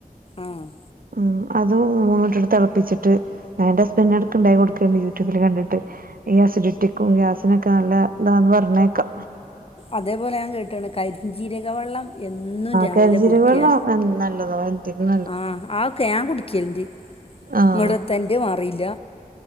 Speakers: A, on the left; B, on the right.
A: ആ
B: ഉം അത് മൂന്നു കൂടിട്ട്ട്ട് തിളപ്പിച്ചിട്ട് എന്റെ ഹസ്ബന്റിന് എടക്ക് ഇണ്ടാക്കി കൊടുക്കല്ണ്ട് യൂട്യൂബില് കണ്ടിട്ട് ഈ അസിഡിറ്റിക്കും ഗ്യാസിനൊക്കെ നല്ല ഇതാന്ന് പറഞ്ഞേക്കാ
A: അതേപോലെ ഞാൻ കേട്ട്ണ് കരിഞ്ചീരക വെള്ളം എന്നും രാവിലെ
B: കരിഞ്ജീരക
A: കുടിക്ക്യ
B: വെള്ളം ആഹ് നല്ലതാണ് എന്തിനും
A: ആഹ് ആ ഒക്കെ ഞാൻ കുടിക്കലുണ്ട്
B: ആഹ്
A: ഇങ്ങട്ട് എത്ത ഇൻ്റെ മാറില്ല